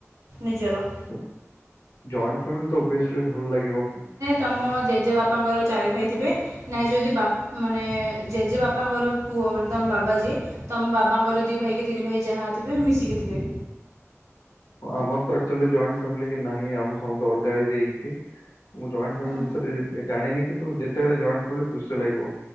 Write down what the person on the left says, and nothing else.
ହୁଁ ଜଏଣ୍ଟ ଫ୍ୟାମିଲି ତ ଓଭିଏସଲି ଭଲ ଲାଗିବ।
ହଁ ଆମର ତ ଆକଚୁଏଲି ଜଏଣ୍ଟ ଫ୍ୟାମେଲୀ ହିଁ ନାହିଁ ଆମ ସମସ୍ତେ ଅଲଗା ହେଇଯାଇତି। ମୁଁ ଜଏଣ୍ଟ ଫ୍ୟାମିଲି
ବିଷୟରେ ଜାଣିନି କିନ୍ତୁ ଯେ ଫେରେ ଜଏଣ୍ଟ ଫାମିଲ ଖୁସି ଲାଗିବ